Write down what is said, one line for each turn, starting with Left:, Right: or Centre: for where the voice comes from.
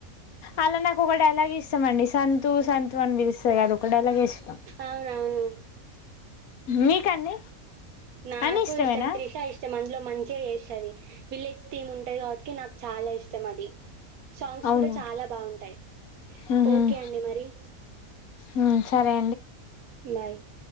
Left: అలా నాకు ఒకటి డైలాగ్ ఇష్ ష్టం అండి సంతు సంతు అని పిలుస్ స్తది గా అది ఒక డైలాగే ఇష్టం
Right: అవునవును.
Left: మీకండి
Right: నాకు
Left: అని ఇష్టమేనా
Right: ఇష్టం త్రిష ఇష్టం అందులో మం చిగా చేస్తది విలేజ్ టీమ్ ఉంటాది కాబట్టికే నాక్ చాలా ఇష్టం అది సాంగ్స్
Left: అవునా
Right: కూడా చాలా బాగుంటాయి
Left: మ్మ్.
Right: ఓకే అండి మరి
Left: ఉమ్, సరే
Right: బాయ్